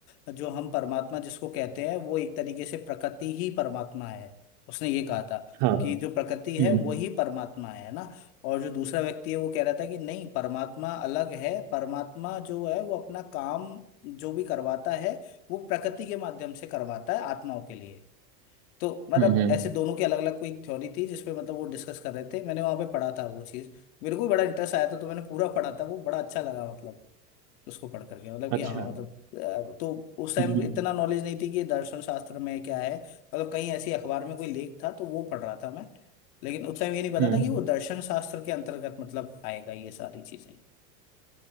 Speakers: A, on the left (about 65°); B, on the right (about 50°).
A: अ, जो हम परमात्मा जिसको कहते हैं वो एक तरीके से प्रकृति ही परमात्मा है उसने ये कहा था
B: हाँ
A: कि जो प्रकृति है
B: हम्म
A: वही परमात्मा है ना और जो दूसरा व्यक्ति है वो कह रहा था कि नहीं परमात्मा अलग है परमात्मा जो है वो अपना काम जो भी करवाता है वो प्रकृति के माध्यम से करवाता है आत्माओं के लिए तो मतलब
B: हम्म हम्म,
A: ऐसे दोनों की अलग अलग कोई थ्योरी थी जिसपे मतलब वो डिस्कस कर रहे थे मैंने वहां पे पढ़ा था वो चीज मेरे को भी बड़ा इंटरेस्ट आया था तो मैंने पूरा पढ़ा था वो बड़ा अच्छा लगा मतलब उसको पढ़ करके मतलब
B: अच्छा
A: कि हाँ मतलब अ, तो उस टाइम
B: हम्म हम्म
A: इतना नॉलेज नहीं थी कि दर्शन शास्त्र में क्या है मतलब कहीं ऐसी अखबार में कोई लेख था तो वो पढ़ रहा था मैं लेकिन उस टाइम ये नहीं पता
B: हम्म।
A: था कि वो दर्शन शास्त्र के अंतर्गत मतलब आएगा ये सारी चीजें